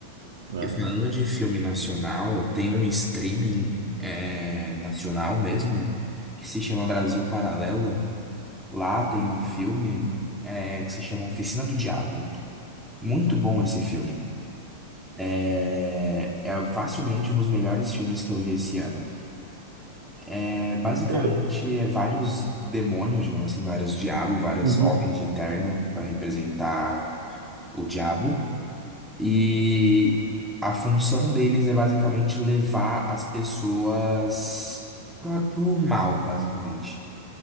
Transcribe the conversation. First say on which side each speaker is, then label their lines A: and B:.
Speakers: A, on the right; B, in the centre.
A: né?
B: E falando de filme nacional, tem um streaming é, nacional mesmo que se chama Brasil Paralelo. Lá tem um filme é, que se chama Oficina do Diabo. Muito bom esse filme. É, é facilmente um dos melhores filmes que eu vi esse ano. É, basicamente,
A: Eu-
B: é vários demônios, digamos assim, vários diabos, vários
A: Uhum,
B: homens de terno para representar o diabo. E a função deles é basicamente levar as pessoas pro, pro mal, basicamente.